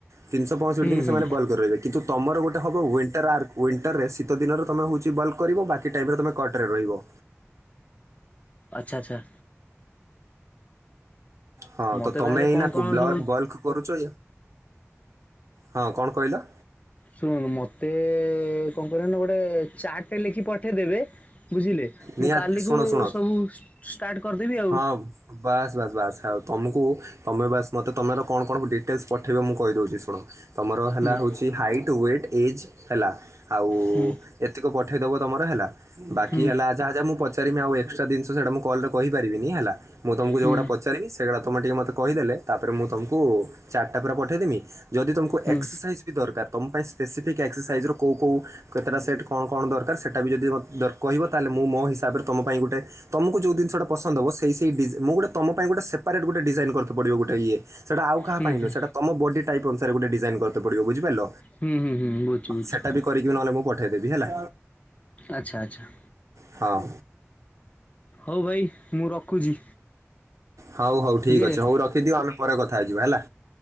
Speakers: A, on the right; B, on the left.
A: ତିନିଶହ ପଂଷଠି
B: ହୁଁ
A: ଦିନ
B: ହୁଁ
A: ସେମାନେ ବଲ୍କରେ ରହିବେ କିନ୍ତୁ ତମର ଗୋଟେ ହବ ୱିଣ୍ଟର୍ ଆର୍, ୱିଣ୍ଟରରେ ଶୀତ ଦିନରେ ତମେ ହଉଛି ବଲ୍କ କରିବ ବାକି ଟାଇମ ରେ ତମେ କଟରେ ରହିବ।
B: ଆଚ୍ଛା ଆଚ୍ଛା।
A: ହଁ
B: ମତେ
A: ତ ତମେ
B: ତାହେଲେ
A: ଏଇନା
B: କଣ
A: ବ୍ଲର୍କ
B: କଣ ସବୁ
A: ବଲ୍କ କରୁଛ। ହଁ କଣ କହିଲ?
B: ଶୁଣନ୍ତୁ ମତେ କଣ କରିବେ ନା ଗୋଟେ ଚାର୍ଟଟେ ଲେଖି ପଠେଇଦେବେ ବୁଝିଲେ
A: ନିହାତି
B: ମୁଁ କାଲିକୁୁ
A: ଶୁଣ ଶୁଣ
B: ସବୁ ସ ଷ୍ଟାର୍ଟ କରିଦେବି ଆଉ
A: ହଁ ବାସ୍ ବାସ୍ ବାସ୍ ଆଉ ତମୁକୁ ତମେ ବାସ ମତେ ତମର କଣ କଣ ଡିଟେଲସ୍ ପଠେଇବ ମୁଁ କହିଦଉଛି ଶୁଣ ତମର ହେଲା
B: ହୁଁ
A: ହେଉଛି ହାଇଟ୍ ୱେଟ୍ ଏଜ୍ ହେଲା। ଆଉ,
B: ହୁଁ
A: ଏତିକି ପଠେଇଦବ ତମର ହେଲା ବାକି
B: ହୁଁ
A: ହେଲା, ଯାହା ଯହା ମୁଁ ପଚାରି ଆଉ ଏକ୍ସଟ୍ରା ଜିନିଷ ସେଇଟା ମୁଁ କଲରେ କହିପାରିବି। ହେଲା ମୁଁ ତମକୁ ଯୋଉଟା
B: ହୁଁ
A: ପଚାରିବି ସେ ସେଗୁଡ଼ା ତୁମେ ଟିକିଏ ମୋତେ କହିଦେଲେ, ତାପରେ ମୁଁ ତମକୁ ଚାଟ ପୁରା ପଠାଇଦେମି। ଯଦି ତୁମକୁ
B: ହୁଁ
A: ଏକ୍ସରସାଇଜ୍ ଦରକାର ତମ ପାଇଁ ସ୍ପେସିଫିକ୍କ୍ସରସଜ୍ର କଉ କେଉ କେତେଟା ସେଟ୍ କଣ କଣ ଦରକାର, ସେଟା ବି ଯଦି ମତେ ଦରକାର କହିବ ତାହେଲେ। ମୁଁ ମୋ ହିସାବରେ ତମ ପାଇଁ ଗୋଟେ ତମକୁ ଯେଉଁ ଜିନିଟା ପସନ୍ଦ ହେବ ସେଇ ସେହି ଡିଜ ମୁଁ ଗୋଟେ ତମ ପାଇଁ ଗୋଟେ ସେପାରେଟ ଗୋଟେ ଡିଜାଇନ କରି ପଡିବୋଟେ ଇ ସେଇଟ ଆଉ କାହା
B: ହୁଁ
A: ପାଇଁ
B: ହୁଁ
A: ସେଟ ତମ ବଡି ଟାଇପ ଅନୁସାରେ ଗଟେ ଡିାଇନ କରି ପିବ ବୁଝିପାରିଲ।
B: ହୁଁ ହୁଁ ହୁଁ ବୁଛୁ ବୁଝଛୁ।
A: ସେଟା ବି କରିକି ନହେଲେ ମୁଁ ପଠାଇଦେବି ହେଲା।
B: ଆଚ୍ଛା ଆଚ୍ଛା
A: ହଁ
B: ହଉ ଭାଇ ମୁଁ ରଖୁଛି
A: ହଉ ହଉ
B: ବୁଝିଲେ
A: ଠିକ୍ ଅଛି ହଉ ରଖିଦିଅ। ଆମେ ପରେ କଥା ହେଇଯିବା ହେଲା।